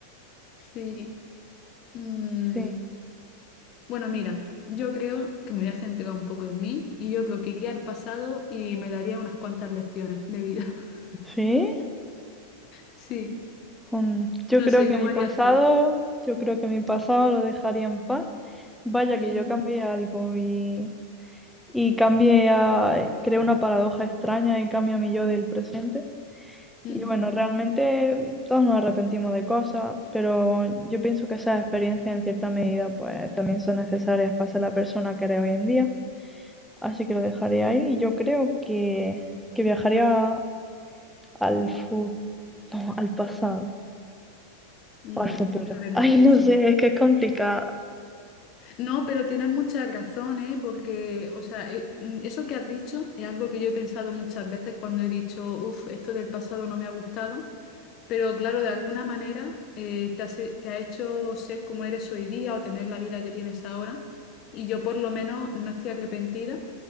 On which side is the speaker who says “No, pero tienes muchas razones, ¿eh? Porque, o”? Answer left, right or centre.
Left